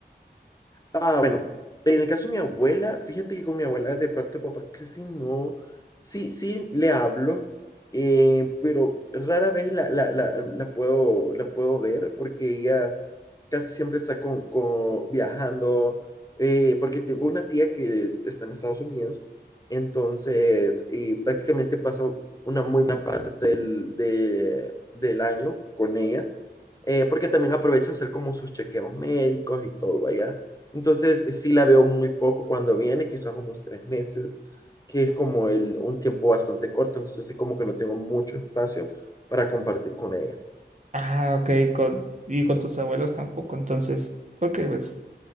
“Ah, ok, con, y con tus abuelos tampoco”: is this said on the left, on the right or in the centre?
Right